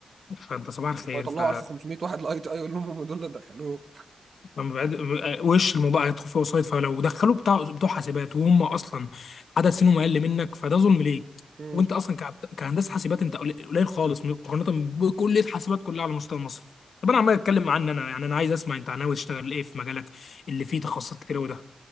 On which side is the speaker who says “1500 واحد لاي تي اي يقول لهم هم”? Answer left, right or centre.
Right